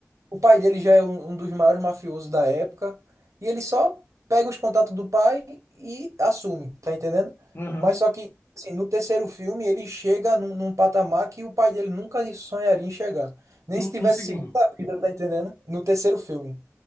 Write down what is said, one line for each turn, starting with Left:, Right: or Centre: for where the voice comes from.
Right: O pai dele já é um, um dos maiores mafiosos da época. E ele só pega os contatos do pai e assume, tá entendendo?
Left: Aham.
Right: Mas só que, assim, no terceiro filme, ele chega num, num patamar que o pai dele nunca sonharia em chegar. Nem
Left: No,
Right: se tivesse
Left: no segundo.
Right: segunda vida, tá entendendo? No terceiro filme.